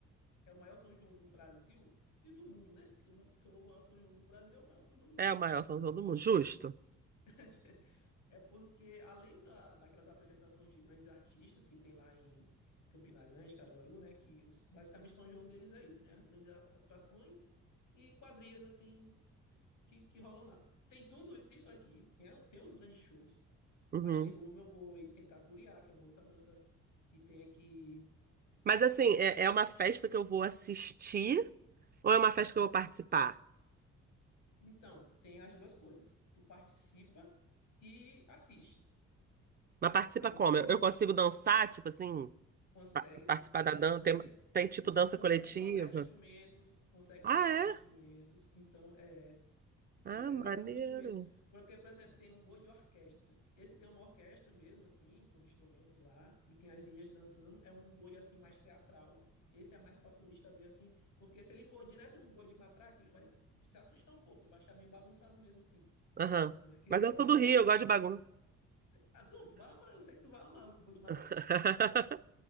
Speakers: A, on the left; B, on the right.
A: É o maior São João do Brasil e do mundo, né? Porque se o se o maior São João do Brasil, é o maior São João do
B: é
A: mundo.
B: a maior sanção do mundo, justo.
A: <laughs> É porque, além da, daquelas apresentações de grandes artistas que tem lá em Campina Grande, Caruaru, né? Que os- basicamente São João deles é isso, né? As grandes a- atrações e quadrilhas, assim, que, que rolam lá. Tem tudo isso aqui, né? tem os grandes shows,
B: Uhum.
A: Mas tem Bumba Meu Boi, tem Kakuriá, que é uma outra dança que tem aqui.
B: Mas assim, é, é uma festa que eu vou assistir ou é uma festa que eu vou participar?
A: Então, tem as duas coisas. Tu participa e assiste.
B: Mas participa
A: É uma
B: como?
A: coisa,
B: Eu, eu
A: <laughs>
B: consigo dançar, tipo assim,
A: consegue
B: pa-
A: dançar,
B: participar da dança?
A: consegue
B: Tem, tem tipo dança
A: consegue
B: coletiva?
A: tocar instrumentos, consegue
B: Ah,
A: tocar
B: é?
A: os instrumentos. Então, é, Tu
B: Ah,
A: consegue
B: maneiro.
A: tocar os instrumentos. Porque, por exemplo, tem um boi de orquestra. Esse tem uma orquestra mesmo, assim, com os instrumentos lá, e tem as índias dançando. É um boi, assim, mais teatral. Esse é mais pra turista ver, assim, porque se ele for direto num boi de matraca, ele vai se assustar um pouco, ele vai achar meio bagunçado mesmo, assim.
B: Aham.
A: Porque é
B: Mas eu
A: uma
B: sou
A: coisa
B: do Rio,
A: que...
B: eu gosto de bagunça.
A: Ah, tu, tu vai amar, eu sei que tu vai amar o boi de matraca.
B: <laughs>